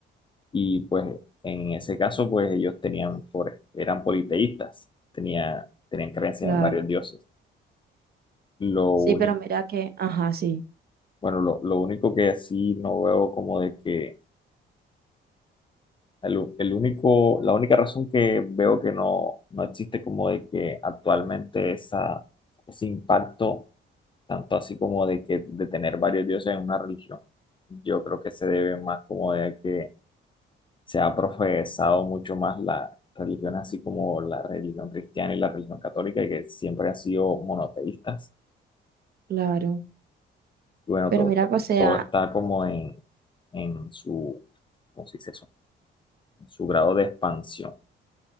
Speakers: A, on the left (about 25°); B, on the right (about 50°).
A: Y pues en ese caso, pues ellos tenían, por- eran politeístas, tenía, tenían creencias
B: Claro,
A: en varios dioses. Lo único,
B: Sí, pero mira que, ajá, sí,
A: bueno, lo, lo único que sí no veo como de que, el, u- el único, la única razón que veo que no, no existe como de que actualmente esa, ese impacto, tanto así como de que de tener varios dioses en una religión, yo creo que se debe más como de que se ha profesado mucho más la religión, así como la religión cristiana y la religión católica, y que siempre han sido monoteístas.
B: claro.
A: Y bueno,
B: Pero
A: todo,
B: mira
A: todo,
B: que, o sea,
A: todo está como en, en su, ¿cómo se dice eso? En su grado de expansión.